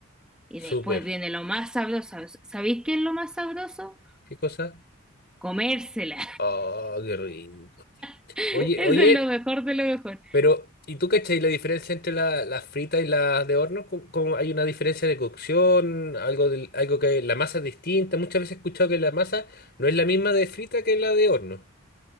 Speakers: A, in the centre; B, on the left.
A: Y después
B: Súper.
A: viene lo más sabroso. ¿Sabéis qué es lo más sabroso?
B: ¿Qué cosa?
A: Comérsela.
B: Oh, qué rico.
A: <laughs> Eso
B: Oye, oye,
A: es lo mejor de lo mejor.
B: pero ¿y tú cachai la diferencia entre la- las fritas y las de horno? ¿Cómo- cómo hay una diferencia de cocción? Algo del, algo que la masa es distinta. Muchas veces he escuchado que la masa no es la misma de frita que la de horno.